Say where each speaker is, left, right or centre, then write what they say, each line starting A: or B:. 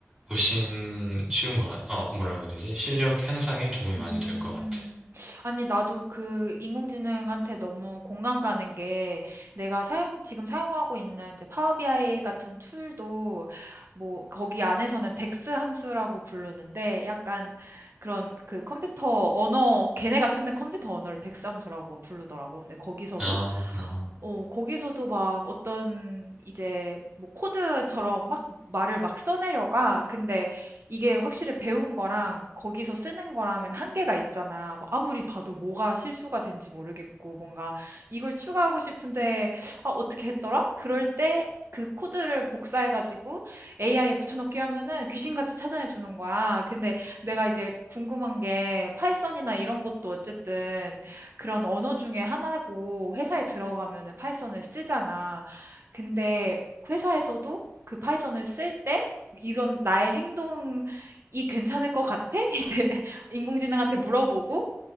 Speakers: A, on the right; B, on the right.
A: 훨씬 쉬운 것 같, 어, 뭐라고 해야 되지? 실력 향상에 도움이
B: 음.
A: 많이 될 것 같아.
B: 아니, 나도 그 인공지능한테 너무 공감 가는 게 내가 사용, 지금 사용하고 있는 이제 파워비아이 같은 툴도 뭐 거기 안에서는 덱스 함수라고 부르는데 약간 그런 그 컴퓨터 언어, 걔네가 쓰는 컴퓨터 언어를 덱스 함수라고 부르더라고. 근데 거기서도
A: 아, 그렇구나.
B: 어, 거기서도 막 어떤 이제 뭐 코드처럼 막 말을 막 써내려가. 근데 이게 확실히 배운 거랑 거기서 쓰는 거랑은 한계가 있잖아. 뭐 아무리 봐도 뭐가 실수가 된지 모르겠고, 뭔가 이걸 추가하고 싶은데, 아, 어떻게 했더라? 그럴 때 그 코드를 복사해가지고 AI에 붙여넣기 하면은 귀신같이 찾아내 주는 거야. 근데 내가 이제 궁금한 게 파이썬이나 이런 것도 어쨌든 그런 언어 중에 하나고 회사에 들어가면은 파이썬을 쓰잖아. 근데 회사에서도 그 파이썬을 쓸때 이런 나의 행동이 괜찮을 것 같아? <laughs> 이제 인공지능한테 물어보고